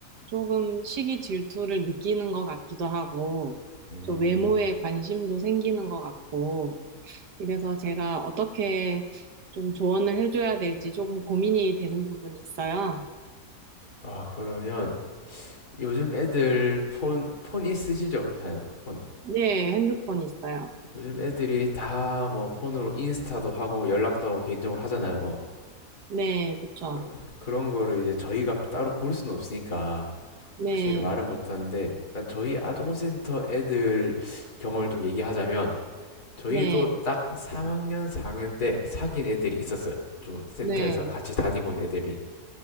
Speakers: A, on the right; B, on the left.
A: 조금 시기 질투를 느끼는 것 같기도 하고,
B: 음.
A: 또 외모에 관심도 생기는 것 같고, 이래서 제가 어떻게 좀 조언을 해줘야 될지 조금 고민이 되는 부분이 있어요.
B: 아, 그러면 요즘 애들 폰, 폰 있으시죠? 자, 폰.
A: 네, 핸드폰 있어요.
B: 요즘 애들이 다 뭐 폰으로 인스타도 하고 연락도 하고 개인적으로 하잖아요, 뭐.
A: 네, 그쵸.
B: 그런, 그런 거를 이제 저희가 따로 볼 수는 없으니까
A: 네,
B: 확실히 말은 못하는데 일단 저희 아동센터 애들 경험을 좀 얘기하자면 저희도
A: 네,
B: 딱 3학년, 4학년 때 사귄 애들이 있었어요. 좀 센터에서
A: 네,
B: 같이 다니고 온 애들이.